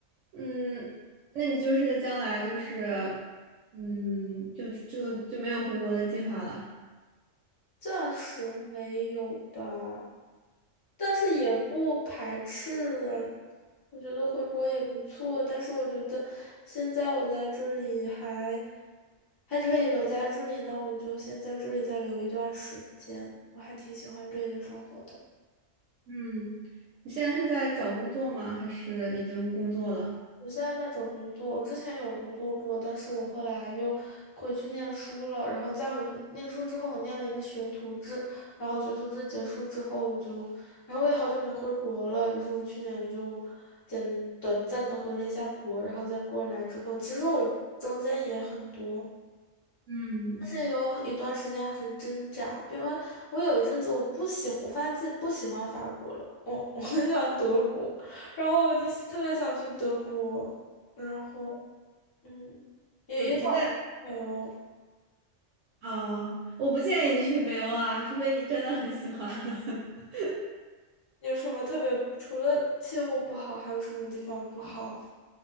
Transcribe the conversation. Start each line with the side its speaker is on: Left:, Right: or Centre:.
Right: 嗯，那你就是将来就是，嗯，就就就没有回国的计划了。
Left: 暂时没有吧，但是也不排斥啊我觉得回国也不错，但是我觉得现在我在这里还还可以留在这里，那我就先在这里再留一段时间。我还挺喜欢这里的生活的。
Right: 嗯，你现在是在找工作吗？还是已经工作了？
Left: 我现在在找工作，我之前有工作过，但是我后来又回去念书了，然后再回去念书之后，我念了一个学徒制，然后学徒制结束之后，我就，然后我也好久没回国了，于是我去年就简短暂的回了一下国，然后再过来之后，其实我中间也很多。
Right: 嗯，
Left: 但是有一段时间很挣扎，因为我有一阵子我不喜我发现自己不喜欢法国了，我 <laughs> 我很喜欢德国，然后我就特别想去德国，然后嗯，也也想
Right: 我我在
Left: 没有
Right: 啊、我不建议你去北欧啊，除非你真的很喜欢，<laughs>
Left: 有什么特别，除了气候不好，还有什么地方不好？